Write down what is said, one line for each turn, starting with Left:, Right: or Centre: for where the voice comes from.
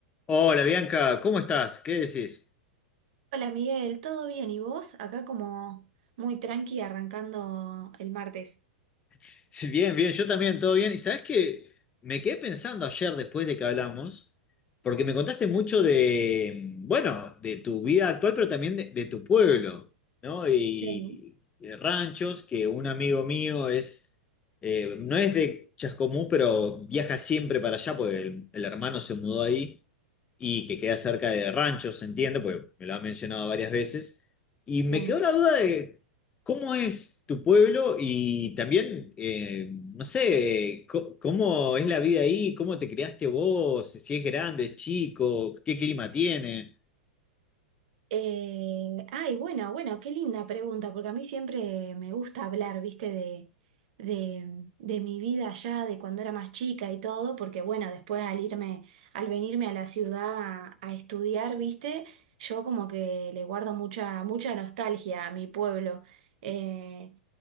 Left: Hola Bianca, ¿cómo estás? ¿Qué decís?
Right: Hola Miguel, ¿todo bien? ¿Y vos? Acá como muy tranqui arrancando el martes.
Left: <laughs> Bien, bien, yo también, todo bien. Y sabés que me quedé pensando ayer después de que hablamos, porque me contaste mucho de, bueno, de tu vida actual, pero también de, de tu pueblo, ¿no? Y,
Right: Sí,
Left: y de ranchos, que un amigo mío es, eh, no es de Chascomú, pero viaja siempre para allá, porque el, el hermano se mudó ahí. y que queda cerca de ranchos, se entiende, porque me lo han mencionado varias veces. Y me
Right: sí.
Left: quedó la duda de cómo es tu pueblo y también, eh, no sé, co- cómo es la vida ahí, cómo te criaste vos, si es grande, es chico, qué clima tiene.
Right: Eh, ay, bueno, bueno, qué linda pregunta, porque a mí siempre me gusta hablar, viste, de, de, de mi vida allá, de cuando era más chica y todo, porque bueno, después al irme, al venirme a la ciudad a, a estudiar, viste, yo como que le guardo mucha, mucha nostalgia a mi pueblo. Eh,